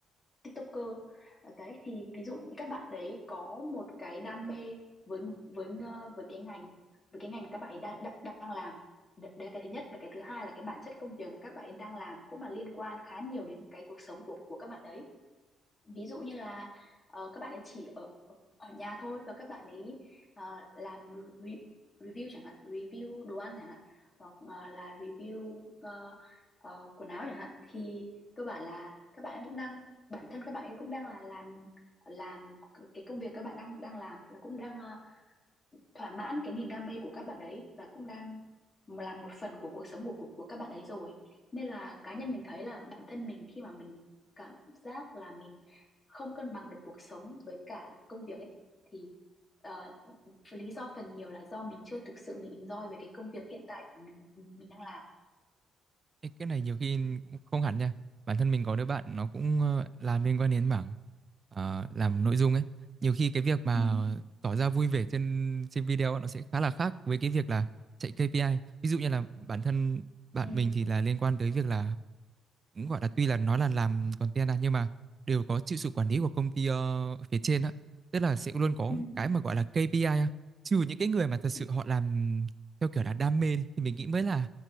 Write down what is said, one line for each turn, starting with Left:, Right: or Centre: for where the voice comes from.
Left: TikToker Ờ, đấy thì ví dụ những các bạn đấy có một cái đam mê với với ờ, với cái ngành với cái ngành mà các bạn ấy đang đang, đang làm Đ- đấy là cái thứ nhất và cái thứ hai là cái bản chất công việc mà các bạn ấy đang làm cũng là liên quan khá nhiều đến cái cuộc sống của của các bạn đấy ví dụ như là ờ, các bạn ấy chỉ ở ở ở nhà thôi và các bạn ấy ờ, làm re review chẳng hạn review đồ ăn chẳng hạn hoặc ờ, là review ờ, ờ, quần áo chẳng hạn thì cơ bản là các bạn ấy cũng đang bản thân các bạn ấy cũng đang là làm làm cái công việc các bạn đang đang làm là cũng đang ờ, thỏa mãn cái niềm đam mê của các bạn ấy và cũng đang là một phần của cuộc sống của của, của các bạn ấy rồi nên là cá nhân mình thấy là bản thân mình khi mà mình cảm giác là mình không cân bằng được cuộc sống với cả công việc ấy thì ờ, lý do phần nhiều là do mình chưa thực sự mình enjoy về cái công việc hiện tại của mình mình đang làm
Right: Ê, cái này nhiều khi cũng không hẳn nha bản thân mình có đứa bạn nó cũng ờ, làm liên quan đến mảng ờ, làm nội dung ấy nhiều khi cái việc mà
Left: ừ
Right: tỏ ra vui vẻ trên trên video nó sẽ khá là khác với cái việc là chạy KPI ví dụ như là bản thân bạn
Left: ừ
Right: mình thì là liên quan tới việc là cũng gọi là tuy là nói là làm content à nhưng mà đều có chịu sự quản lý của công ty ờ, phía trên á tức là sẽ luôn có
Left: ừ
Right: cái mà gọi là KPI á trừ những cái người mà thật sự
Left: ừ
Right: họ làm theo kiểu là đam mê thì mình nghĩ mới là